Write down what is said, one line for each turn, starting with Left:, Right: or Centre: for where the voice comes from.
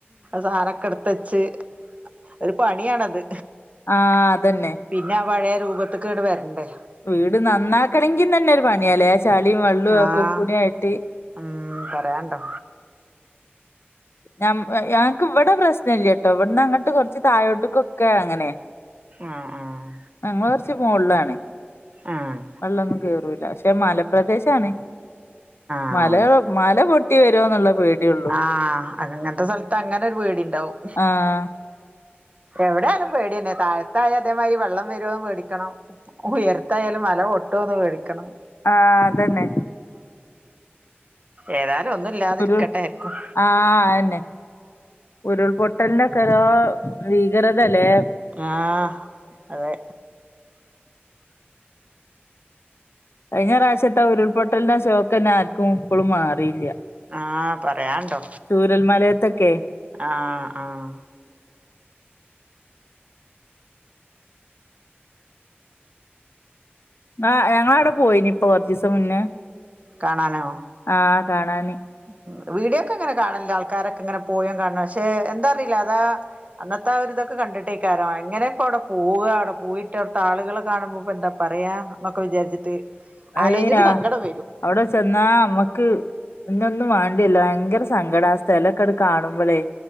Right: സാനൊക്കെ എട് തച്ച് ഒരു പണിയാണത്
Left: ആ അതന്നെ
Right: പിന്നെ ആ പഴയ രൂപത്തുക്ക് വരണ്ടേ
Left: വീട് നന്നാക്കണെങ്കിന്നെ ഒരു പണിയല്ലേ ആ ചാളിയും വെള്ളവും
Right: ആഹ്
Left: ഒക്കെ കൂടായിട്ട്
Right: ഉം പറയണ്ടോ
Left: ഞ ഞങ്ങക്ക് ഇവിടെ പ്രശ്നല്ലട്ടോ ഇവിടന്ന് അങ്ങോട്ട് കൊറച്ച് താഴോട്ടക്കൊക്കെ അങ്ങനെ
Right: ആഹ് ആഹ്
Left: ഞങ്ങള് കൊറച്ച് മോൾലാണ്
Right: ആഹ്
Left: വെള്ളൊന്നും കേറൂല്ല പക്ഷെ മലപ്രദേശാണ്
Right: ആഹ്
Left: മല മല പൊട്ടി വരോ എന്നുള്ള പേടിയള്ളൂ
Right: ആഹ് അങ്ങനത്തെ സ്ഥലത്ത് അങ്ങനെ ഒരു പേടി ണ്ടാവും
Left: ആഹ്
Right: എവിടെയായാലും പേടിന്നെ താഴത്തായ അതേമാതിരി വെള്ളം വരുവോന്ന് പേടിക്കണം ഉയരത്തായാലും മല പൊട്ടോന്ന് പേടിക്കണം
Left: ആഹ് അതന്നെ
Right: ഏതാലും ഒന്നും ഇല്ലാതിരിക്കട്ടെ
Left: ഒരു
Right: ആർക്കും
Left: ആഹ് അതെന്നെ ഉരുൾപൊട്ടലിനൊക്കെ ഓരോ ഭീകരതയല്ലേ
Right: ആഹ് അതെ
Left: കഴിഞ്ഞ പ്രാവശ്യത്തെ ഉരുൾപൊട്ടലിന്റെ ഷോക്ക് തന്നെ ആർക്കും ഇപ്പോളും മാറിയില്ല.
Right: ആഹ് പറയാനുണ്ടോ
Left: ചൂരൽ മലയത്തൊക്കെ
Right: ആഹ് ആഹ്
Left: ആഹ് ഞങ്ങള് അവിടെ പോയിന് ഇപ്പൊ കൊറച്ച് ദിവസം മുന്നേ
Right: കാണാനോ
Left: ആഹ് കാണാന്
Right: ഉം വീഡിയോക്കെ ഇങ്ങനെ കാണലുണ്ട്. ആൾക്കാരൊക്കെ ഇങ്ങനെ പോയ കാണണം. പക്ഷെ എന്താ അറിയില്ല, അതാ അന്നത്തെ ആ ഒരിതൊക്കെ കണ്ടിട്ടേ എങ്ങനെ ഇപ്പൊ അവിടെ പോവുക, അവിടെ പോയിട്ട് അവിടത്തെ ആളുകളെ കാണുമ്പോ ഇപ്പോ എന്താ പറയാ ന്നൊക്കെ വിചാരിച്ചിട്ട്
Left: അയ്യ
Right: ആലോചിച്ചിട്ട് സങ്കടം വരും.
Left: അവിടെ ചെന്നാ നമ്മക്ക് പിന്നൊന്നും വേണ്ടി വരില്ല. ഭയങ്കര സങ്കടം ആഹ് സ്ഥലമൊക്കെ കാണുമ്പോളേ